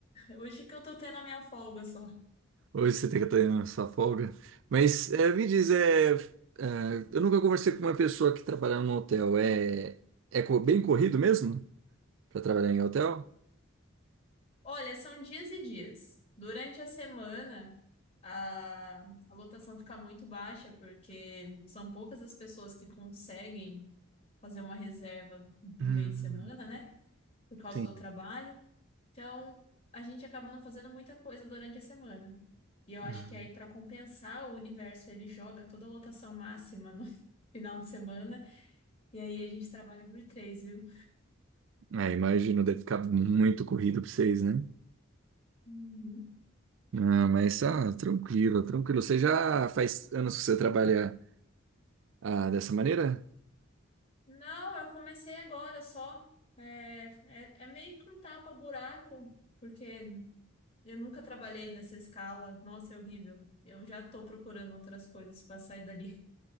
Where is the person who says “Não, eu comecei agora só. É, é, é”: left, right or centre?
Left